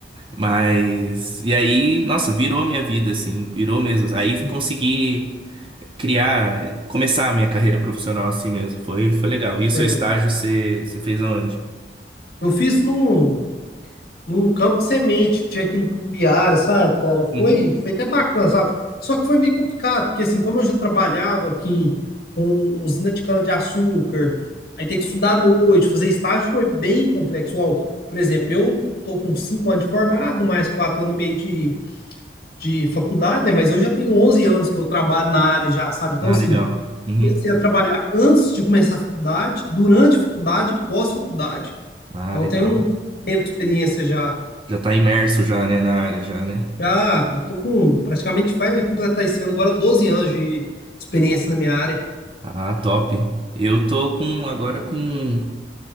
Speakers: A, on the right; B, on the left.
A: Mas e aí, nossa, virou a minha vida, assim, virou mesmo. Aí
B: uhum,
A: consegui criar, começar a minha carreira profissional assim mesmo. Foi, foi legal. E o seu
B: certo.
A: estágio você, você fez aonde?
B: Eu fiz num, num campo de semente que tinha aqui em Tumbiara, sabe, cara? Foi,
A: Uhum.
B: foi até bacana, sabe? Só que foi meio complicado, porque assim, como eu já trabalhava aqui com usina de cana-de-açúcar, aí ter que estudar à noite, fazer estágio foi bem complexo. Ó, por exemplo, eu tô com cinco anos de formado, mais quatro anos e meio de, de faculdade, né? Mas eu já tenho 11 anos que eu trabalho na área já, sabe? Então,
A: Ah,
B: assim,
A: legal. Uhum.
B: comecei a trabalhar antes de começar a faculdade, durante a faculdade, e pós-faculdade.
A: Ah,
B: Então,
A: legal.
B: eu tenho um tempo de experiência já.
A: Já tá imerso já, né, na área já, né?
B: Já, estou com praticamente vai completar esse ano agora 12 anos de experiência na minha área,
A: Ah, top. Eu tô com agora com